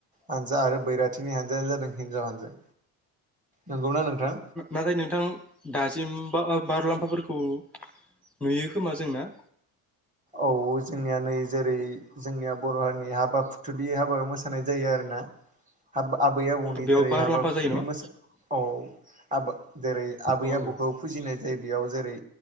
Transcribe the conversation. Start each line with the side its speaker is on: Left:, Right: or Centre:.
Right: हानजा आरो बैराथिनि हानजायानो जादों हिनजाव हानजा नंगौना नोंथां
Centre: नाथाय नोंथां दासिम बा बारु मुलाम्फाफोरखौ नुयो खोमा जोंना
Right: औ जोंनिया नै जेरै जोंनिया बर' हारिनि हाबा फुथुलि हाबा मोसानाय जायो आरोना हाबा आबै आबौनि
Centre: बेयाव
Right: जेरै
Centre: बारलाम्फा
Right: हाबा फलि
Centre: जायो न'
Right: मोसा औ आ जेरै आबै
Centre: औ
Right: आबौखौ
Centre: औ
Right: फुजिनाय जे बेयाव जेरै